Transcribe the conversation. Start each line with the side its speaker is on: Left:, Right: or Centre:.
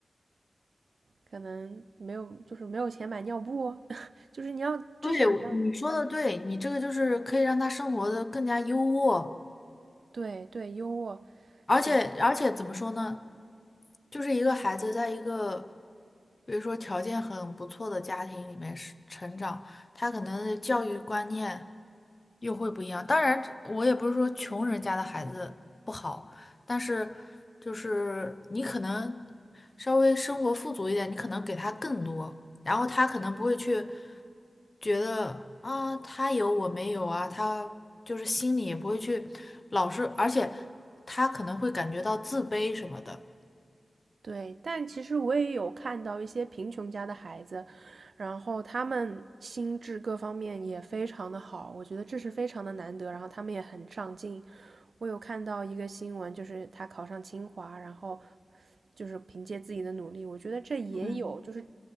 Right: 可能没有，就是没有钱买尿布哦，<laughs> 就是你要至少你要
Left: 对，我你说的对，你这个就是可以让他生活的更加优渥，
Right: 对对优渥，
Left: 而且而且怎么说呢，
Right: 对
Left: 就是一个孩子在一个，比如说条件很不错的家庭里面是成长，他可能的教育观念又会不一样。当然，我也不是说穷人家的孩子不好，但是就是你可能稍微生活富足一点，你可能给他更多。然后他可能不会去觉得啊，他有我没有啊，他就是心里也不会去老是，而且他可能会感觉到自卑什么的。
Right: 对。但其实我也有看到一些贫穷家的孩子，然后他们心智各方面也非常的好，我觉得这是非常的难得。然后他们也很上进，我有看到一个新闻，就是他考上清华，然后就是凭借自己的努力，我觉得这也有，
Left: 嗯，
Right: 就是